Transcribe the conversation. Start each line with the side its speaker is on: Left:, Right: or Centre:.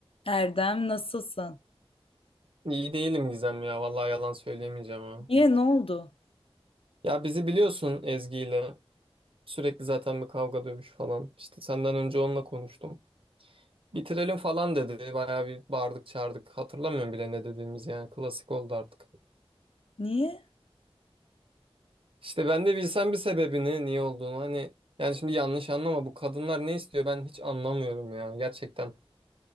Left: Erdem nasılsın?
Right: İyi değilim Gizem ya. Vallahi yalan söyleyemeyeceğim ha.
Left: Niye ne oldu?
Right: Ya bizi biliyorsun Ezgi ile. Sürekli zaten bir kavga dövüş falan. İşte senden önce onunla konuştum. Bitirelim falan dedi. Bayağı bir bağırdık çağırdık. Hatırlamıyorum bile ne dediğimiz yani. Klasik oldu artık.
Left: Niye?
Right: İşte ben de bilsem bir sebebini niye olduğunu hani. Yani şimdi yanlış anlama bu kadınlar ne istiyor ben hiç anlamıyorum ya gerçekten.